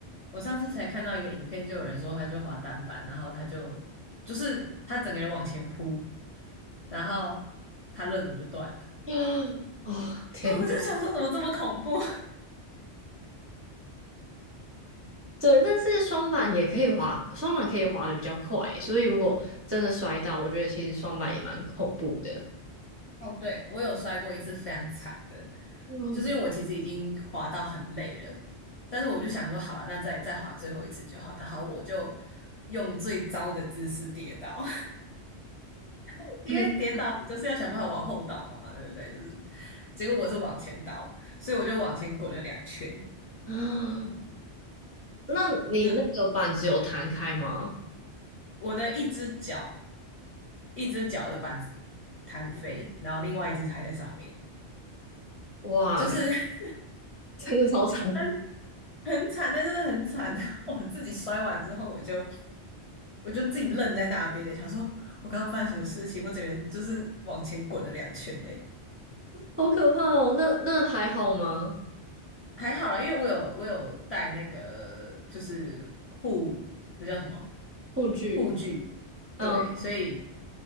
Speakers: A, on the left; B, on the right.
A: 我上次才看到一个影片，就有人说他就滑单板，然后他就就是他整个人往前扑，然后他肋骨就断了。
B: <gasps> 哦，
A: <laughs>
B: 天呐，
A: 啊，我就想说怎么这么恐怖？
B: 对，但是双板也可以滑，双板可以滑的比较快，所以如果真的摔到，我觉得其实双板也蛮恐怖的。
A: 哦，对，我有摔过一次非常惨的，
B: 嗯，
A: 就是因为我其实已经滑到很累了，但是我就想说，好了，那再再滑最后一次就好。然后我就用最糟的姿势跌倒，<laughs> 因为跌倒你就是要想办法往后倒嘛，
B: 嗯
A: 对不对？就是结果我是往前倒，所以我就往前滚了两圈，
B: 啊那你那个板子有弹开吗？
A: 这我的一只脚一只脚的板子弹飞，然后另外一只还在上面，
B: 哇，
A: 就是 <laughs>
B: 真的超长，
A: 很很惨，那真的很惨。<laughs> 我自己摔完之后，我就。我就自己愣在那边的，想说我刚刚发生什么事情，我整个人就是往前滚了两圈的。
B: 好可怕哦！那那还好吗？
A: 还好啦，因为我有我有带那个就是护，那叫什么
B: 护具，
A: 护具，
B: 嗯，
A: 对，所以